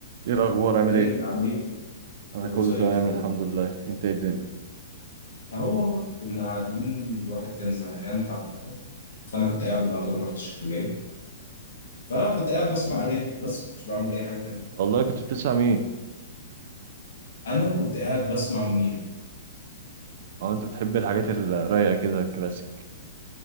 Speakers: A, on the right (about 50°); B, on the left (about 85°).
A: ايه الاخبار عامل
B: ازيك
A: ايه
B: عامل ايه؟
A: انا
B: كله
A: كله
B: زي
A: تمام
B: الفل
A: الحمد لله انت ايه الدنيا
B: اهو والله كنا قاعدين الواحد كان زهقان حبه فانا كنت قاعد النهارده ما رحتش الكليه فكنت قاعد بسمع اغاني بس مش بعمل اي حاجه تانية
A: والله كنت بتسمع مين
B: انا كنت قاعد بسمع منير
A: او انت بتحب الحاجات الرايقه كده الكلاسيك